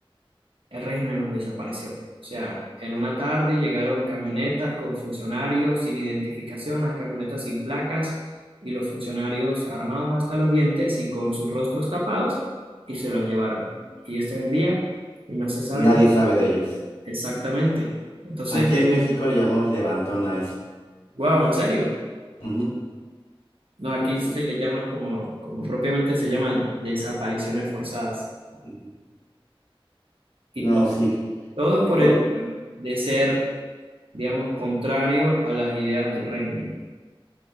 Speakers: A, on the right; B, on the left.
A: el régimen los desapareció. O sea, en una tarde llegaron camionetas con funcionarios sin identificación, las camionetas sin placas y los funcionarios armados hasta los dientes y con sus rostros tapados y se los llevaron. Y este es el día y no se sabe
B: Nadie sabe de ellos.
A: exactamente. Entonces,
B: Aquí en México le llamamos levantón a eso.
A: wow, en serio.
B: Ujú.
A: No, aquí
B: Sí.
A: se le llama como, como propiamente se llama desapariciones forzadas.
B: Ujú.
A: Y
B: No,
A: to-
B: sí.
A: todo por
B: O-
A: el hecho de ser, digamos, contrario a las ideas del régimen.